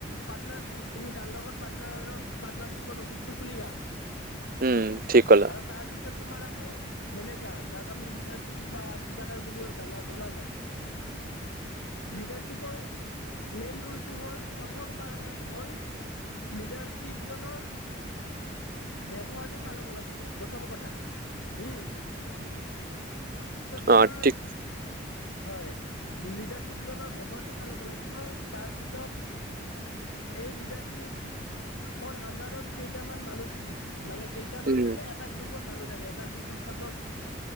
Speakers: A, on the left; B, on the right.
A: পাৰ্টনাৰশ্বিপ, তুমি যাৰ লগত পাটনাৰত, পাৰ্টনাৰশ্বিপত অফিচটো খুলিবা,
B: উম, ঠিক ক'লা।
A: আৰু তাৰপিছত তোমাৰ আহে মেনেজাৰ, যাক আমি লীডাৰশ্বীপ বা ঠিকাদাৰ বুলিও জনা জনা যায়। লীডাৰশ্বীপৰ মেইন ৰোলটো হ'ল, প্ৰথম কাৰণ হ'ল লিডাৰশ্বিপ জনৰ ব্যৱহাৰটো ভাল হ'ব লাগিব, প্ৰথম কথা হম। তাৰপিছত তোমাৰ
B: অ', ঠিক
A: হয়, লিডাৰশ্বিপ জনৰ ব্যৱহাৰটো ভাল হ'ব লাগিব, তাৰপিছত এই লিডাৰশ্বিপ ৰ, অন্দাৰত কেইটামান মানুহ থাকে মানে, কেইটামান
B: উম,
A: মানে এ এটা গ্ৰুপত মানুহ থাকে, এটা গ্ৰুপত চাপজ